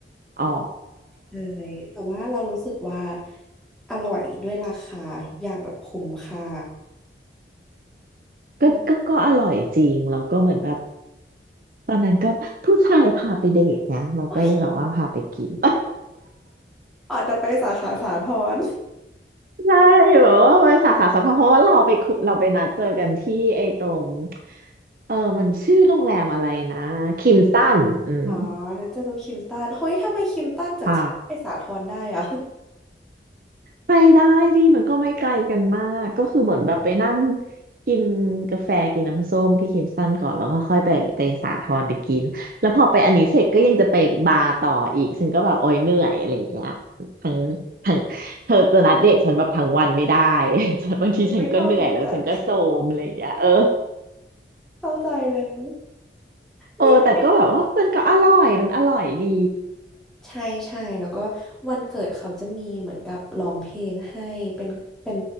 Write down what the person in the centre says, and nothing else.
ใช่แต่ว่าเรารู้สึกว่าอร่อยด้วยราคาทุกอย่างแบบคุ้มค่าอืม
โอ้ยอาจจะไปสาขาสาทร
อ๋อนะจะต้องคิมตันเฮ้ยทำไมคิมตันจากที่ไปสาทรได้อ่ะ
<laughs>
มันไม่ชอบเหมือนกันเข้าใจเลย
นี่ ใช่ใช่ แล้วก็วันเกิดเขาจะมีเหมือนกับร้องเพลงให้ เป็นเป็น